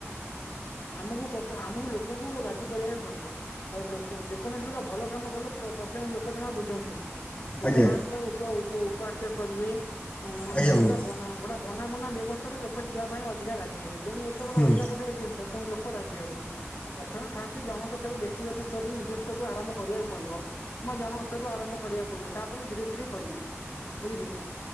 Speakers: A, on the left; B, on the left.
A: ଆମକୁ ପ୍ରଥ-ଆମକୁ ଲୋକଙ୍କୁ ରାଜି କରେଇବାକୁ ପଡିବ କା-ଲୋକ ଯେକୌଣସି ଗୋଟେ ଭଲ କାମ କଲେ ପ ପ୍ରତେକେ ଲୋକ ଜମା ବୁଝନ୍ତିନି। ଲୋକ
B: ଆଜ୍ଞା
A: ଫାଷ୍ଟେ ତାକୁ ଉପ-ଉପ-ଉପଆକ୍ଷ କରିବେ ଅଁ-ଯେଗୁଡା
B: ଆଜ୍ଞା ବନ୍ଧୁ।
A: ବନା ଗୋଟେ ବନା ବନା ବେ ଅବସ୍ଥାରେ ଲୋକ ଯିବା ପାଇଁ ଅଧିକା ରାଜି ହେବେ ଯେଣୁ ଏଟା ଗୋଟେ
B: ହୁଁ
A: ଅଲଗା ପ୍ରକାର ଜିନିଷ। ଲୋକ ରାଜି ହେବେନି ପ୍ରଥମେ ଫାଷ୍ଟେ ଜଣଙ୍କ ସ୍ତରୁ ବ୍ୟକ୍ତିଗତ ସ୍ତରରୁ ନିଜ ସ୍ତକୁ ଆରମ୍ଭ କରିବାକୁ ପଡିବ। କିମ୍ବା ଜଣକ ସ୍ତରରୁ ଆରମ୍ଭ କରିବାକୁ ପଡିବ ତାପରେ ଧୀରେ ଧୀରେ କରିବେ ବୁଝିଲେକି।